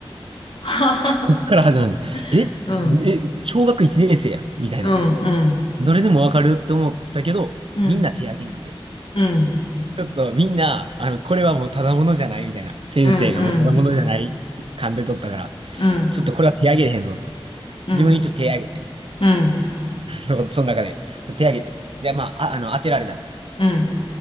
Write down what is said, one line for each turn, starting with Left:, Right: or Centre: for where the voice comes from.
Left: <laughs> ははは。
Right: こっから始まる。え、
Left: うん、
Right: え、小学1年生やん、みたいな。
Left: うん、うん、
Right: どれでもわかるって思ったけど、
Left: うん、
Right: みんな手挙げんくて。
Left: うん、
Right: ちょっとみんな、あの、これはもうただものじゃないみたいな。先生がもうただものじゃない勘で取ったから、
Left: うん、うん、うん、
Right: ちょっとこれは手上げれへんぞと。
Left: うん、
Right: 自分一応手上げて。
Left: うん、
Right: <laughs> そ、その中で。ちょっと手上げて。で、まあ、あ、あの、当てられた。
Left: うん。